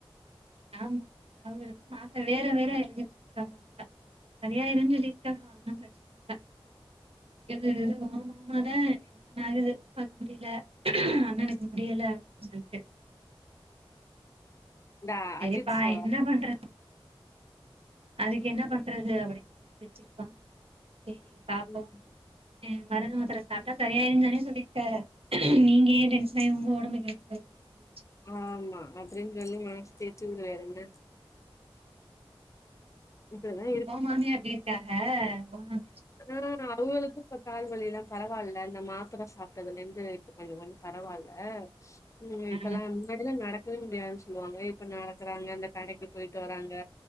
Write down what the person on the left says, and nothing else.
டான்
அஜித் ச
ம்.
ஆமா அப்படின்னு சொல்லி மனச தேதிவிடு வேறென்ன இப்டிதா
ஆஹ் அவுங்களுக்கும் கால்வியெல்லாம் பரவாயில்ல இந்த மாத்திரை சாப்பிட்டறதுலேருந்து இப்போ கொஞ்சம் கொஞ்சம் பரவாயில்ல உம்
இத்தலாம் நாட டியான்னு சொல்லுவாங்க இப்ப நடக்கறாங்க இந்த கடைக்கு போயிட்டு வராங்க